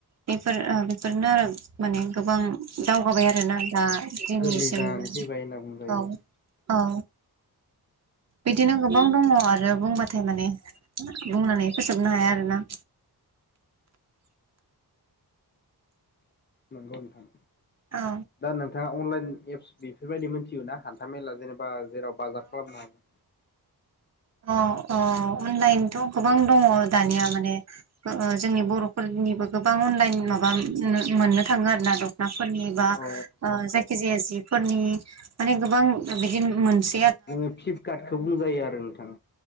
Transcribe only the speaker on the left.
गोरलै जानानै फैबाय होनना बुंजायो
नंगौ नोंथां
दा नोंथाङा अनलाइन एप्स बेफोरबायदि मोनथियोना हान्था मेला जेनेबा जेराव बाजार खालामनो हागोन
औ
ओ फ्लिपकार्टखौ बुंजायो आरो नोंथां।